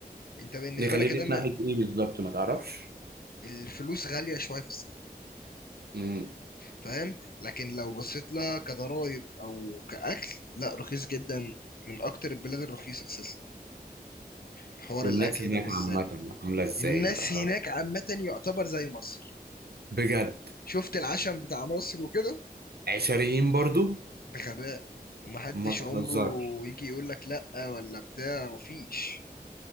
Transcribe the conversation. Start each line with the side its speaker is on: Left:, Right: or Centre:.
Left: أنت بالنسبة
Right: يخليني
Left: لك ده
Right: في ناحيه ايه بالظبط ما تعرفش
Left: الفلوس غالية شوية في السكن
Right: امم
Left: فاهم لكن لو بصيت لها كضرايب أو كأكل لا رخيص جدا من أكتر البلاد الرخيصة أساسا حوار
Right: والناس
Left: الأكل
Right: هناك
Left: ده بالذات
Right: عامه عامله ازاي
Left: الناس
Right: ما تعرفش
Left: هناك عامة يعتبر زي مصر
Right: بجد
Left: شفت العشم بتاع مصر وكده
Right: عشريين برضو
Left: بغباء ومحدش
Right: ما تهزرش
Left: عمره يجي يقول لك لا ولا بتاع مفيش